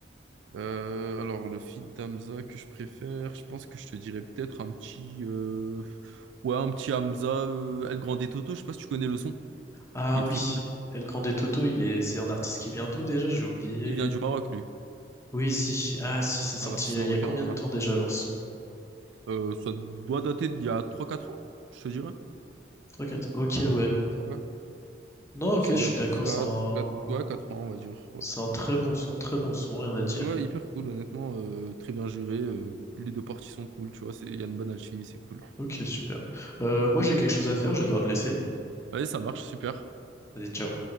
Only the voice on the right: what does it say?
Euh, alors le feat d'Hamza que je préfère, je pense que je te dirais peut-être un petit, euh, ouais, un petit Hamza, euh, El Grande Toto. Je sais pas si tu connais le son.
Il est
très cool.
Il vient du Maroc, lui.
Un artiste
marocain,
voilà.
Euh, ça doit dater d'il y a trois quatre ans, je te dirais.
Ouais.
Je
dirais
plus quatre
quatre ouais, 4 ans, on va dire. Ouais,
Ouais, hyper cool, honnêtement, euh, très bien géré. euh, les deux parties sont cool, tu vois, c'est- il y a une bonne alchimie, c'est cool.
Allez, ça marche, super.